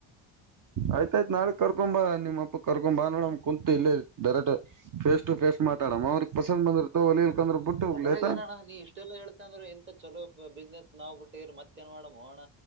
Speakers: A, on the right; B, on the right.
A: ಆಯ್ತಾಯ್ತ್ ನಾಳೆ ಕರ್ಕೊಂಬ ನಿಮ್ಮ ಅಪ್ಪ ಕರ್ಕೊ ಬಾ ನೋಡಮ ಕುಂತು ಇಲ್ಲೇ ದರಟ ಫೇಸ್ ಟು ಫೇಸ್ ಮಾತಾಡಮ್ಮ ಅವ್ರಗ್ ಪಸಂದ್ ಬಂದರುತ ಹೊಲಿಲ್ಕಂದ್ರ ಬಿಟ್ಟು ಹೋಗಲ
B: ಅದ್ರಾಗ
A: ಆಯ್ತಾ
B: ಏನಣ್ಣ ನೀ ಇಷ್ಟೆಲ್ಲಾ ಹೇಳ್ತ ಅಂದ್ರ ಇಂತ ಚಲೋ ಬಿಸ್ನೆಸ್ ನಾ್ ಬಿಟ್ಟಿರ ಮತ್ತ ನ್ ಮಾಡಣ